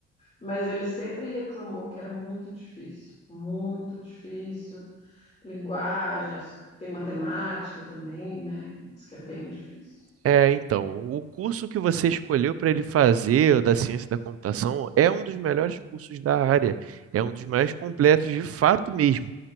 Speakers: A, on the left; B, on the right.
A: Mas ele sempre reclamou que era muito difícil, muito difícil. Linguagem, as- tem matemática também, né? que Diz que é bem difícil.
B: É, então, o curso que você escolheu para ele fazer, o da ciência da computação, é um dos melhores cursos da área, é um dos mais completos de fato mesmo.